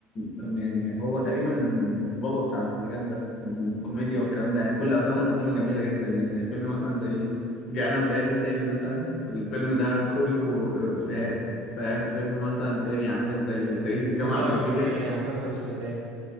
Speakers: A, on the left; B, on the right.
A: يعني هو تقريبا البابا بتاع المجال ده من الكوميديا والكلام ده يعني كل افلامه القديمه جميله جدا يعني الفيلم مثلا زي جاءنا بيان التالي مثلا الفيلم ده كله افيهات فاهم فيلم مثلا تاني عندك زي صعيدي في الجامعه
B: طب الجامعه
A: الامريكيه
B: الامريكيه همام في امستردام